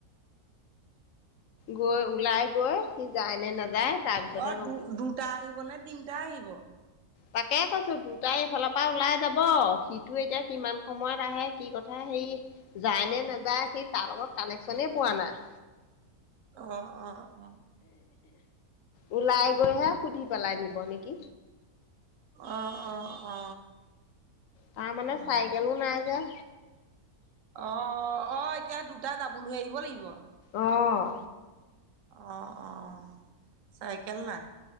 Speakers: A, on the left; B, on the right.
A: গৈ ওলাই গৈ সি যায় নে নাযায় তাৰপিছতহে
B: অ
A: গম
B: দু
A: পাব।
B: দুটা আহিব নে তিনটা আহিব
A: তাকে কৈছো দুটা ইফালৰ পৰা ওলাই যাব সিটো এতিয়া কিমান সময়ত আহে কি কথা হেৰি যায় নে নাযায় সি তাৰ লগত কানেকচনেই পোৱা নাই
B: অ অ অ
A: ওলাই গৈহে সুধি পেলাই নিব নেকি
B: অ অ অ
A: তাৰ মানে
B: অ
A: চাইকেলো নাই যে
B: অ অ এতিয়া দুটা দাবুল হৈ আহিব লাগিব
A: অঁ
B: অহ অহ চাইকেল নাই